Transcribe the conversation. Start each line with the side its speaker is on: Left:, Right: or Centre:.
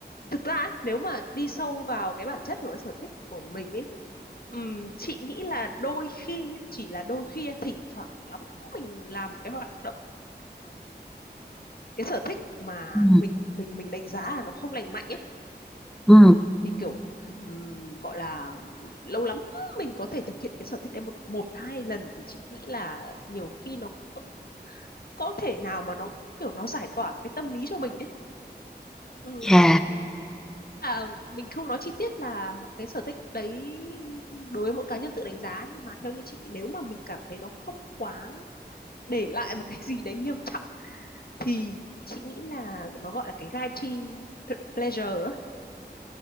Left: thực ra ấy, nếu mà đi sâu vào cái bản chất của cái sở thích của mình ấy ừ, chị nghĩ là đôi khi nhá, chỉ là đôi khi thỉnh thoảng lắm mình làm cái hoạt động cái sở thích mà
Centre: ừ
Left: mình mình mình đánh giá là nó không lành mạnh ấy
Centre: ừ
Left: thì kiểu ừm, gọi là lâu lắm mình có thể thực hiện cái sở thích đấy một một hai lần thì chị nghĩ là nhiều khi nó cũng có, có thể nào mà nó cũng kiểu nó giải tỏa cái tâm lý cho mình ấy Ừm,
Centre: dạ
Left: là mình không nói chi tiết là cái sở thích đấy đối với mỗi cá nhân tự đánh giá nhưng mà theo như chị nếu mà mình cảm thấy nó không quá để lại một cái gì đấy nghiêm trọng thì chị nghĩ là nó gọi là cái guilty pleasure ấy